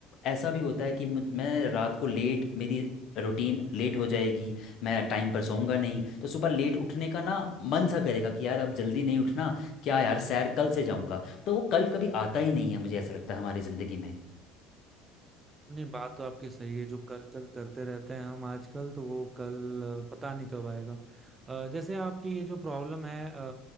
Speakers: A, on the left; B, on the right.
A: ऐसा भी होता है कि मुझ- मैं रात को लेट मेरी रूटीन लेट हो जाएगी मैं टाइम पर सोऊंगा नहीं तो सुबह लेट उठने का ना मन सा करेगा कि यार अब जल्दी नहीं उठना क्या यार सैर कल से जाऊँगा तो वो कल कभी आता ही नहीं है मुझे ऐसा लगता है हमारी ज़िंदगी में
B: नहीं बात तो आपकी सही है जो कल कल करते रहते हैं हम आजकल तो वो कल अ, पता नहीं कब आएगा अ, जैसे आपकी ये जो प्रॉब्लम है अ,